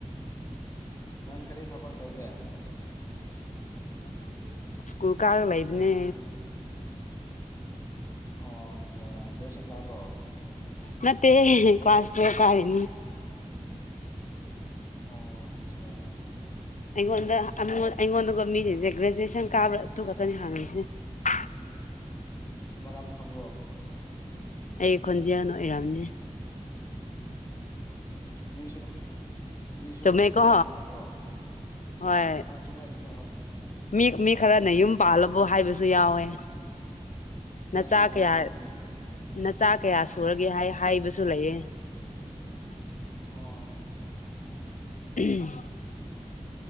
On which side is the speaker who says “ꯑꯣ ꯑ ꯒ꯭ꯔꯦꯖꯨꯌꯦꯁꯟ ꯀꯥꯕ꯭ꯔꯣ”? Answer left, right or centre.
Left